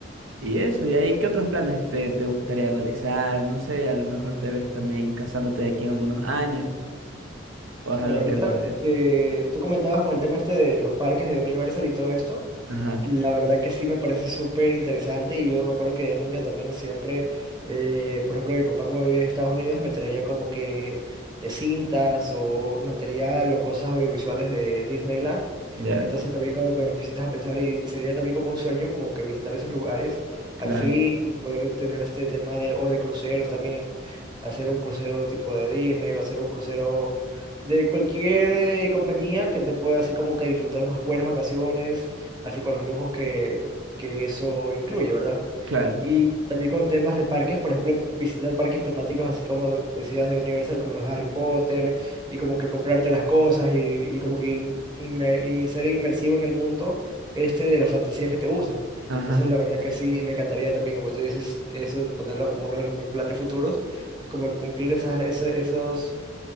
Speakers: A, on the right; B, on the right.
A: y eso, y ahí, ¿qué otros planes te, te gustaría realizar? No sé, a lo mejor te ves también casándote de aquí en algunos años, o
B: Sí,
A: es algo
B: mira, ahorita
A: que lo...
B: que tú comentabas con el tema este de los parques de Universal y todo esto,
A: Ajá,
B: la verdad que sí me parece súper interesante y yo me acuerdo que de niño también siempre, eh, por ejemplo, mi papá como vive en Estados Unidos me traía como que eh, cintas o material o cosas audiovisuales de Disneyland.
A: ya,
B: Entonces también como que me pusiste a pensar y sería también como un sueño como que visitar esos lugares
A: claro,
B: al fin y poder tener este tema de, o de cruceros también, hacer un crucero tipo de Disney o hacer un crucero de cualquier eh, compañía que te pueda así como que disfrutar unas buenas vacaciones, así con los lujos que, que eso incluye, ¿verdad?
A: claro,
B: Y también con temas de parques, por ejemplo, visitar parques temáticos así como decías de Universal, como los de Harry Potter, y como que comprarte las cosas y, y como que in- inme- y ser inmersivo en el mundo este de las fantasías que te gustan.
A: ajá,
B: Entonces, la verdad que sí, me encantaría también, como tú dices, eso ponerlo como uno de los mis planes futuros, como que cumplir esas, esa- esos,